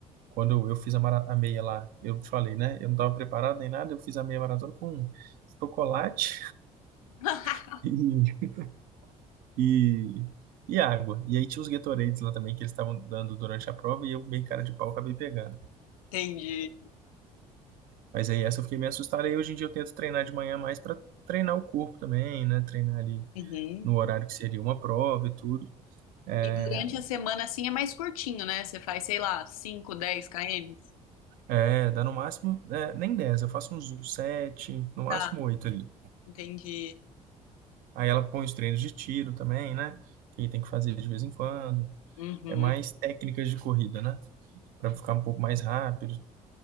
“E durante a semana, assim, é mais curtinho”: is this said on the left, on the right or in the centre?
Left